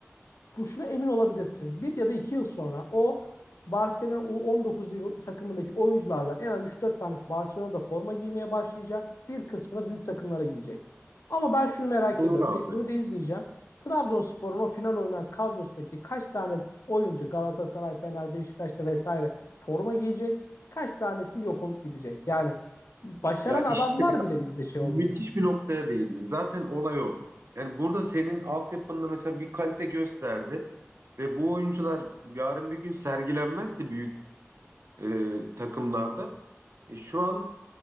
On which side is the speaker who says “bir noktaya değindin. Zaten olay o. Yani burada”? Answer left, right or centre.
Right